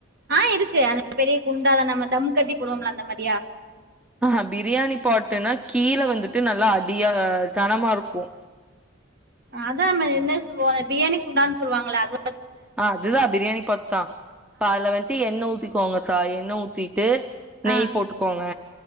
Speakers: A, on the right; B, in the centre.
A: ஆ இருக்கு அந்த பெரிய குண்டால நம்ம தம் கட்டி போடுவோம்ல அந்த மாரியா
B: ஆஹ பிரியாணி பாட்டுன்னா கீழ வந்துட்டு நல்லா அடியா தனமா இருக்கு
A: அதா நம்ம என்ன சொல்லுவோ பிரியாணி குண்டான்னு சொல்லுவாங்கள அத
B: ஆ அதுதா பிரியாணி பாட் தா ஆ அதுல வந்துட்டு எண்ணெ ஊத்திக்கோங்க கா எண்ணெ ஊத்திட்டு
A: ஆ
B: நெய் போட்டுக்கோங்க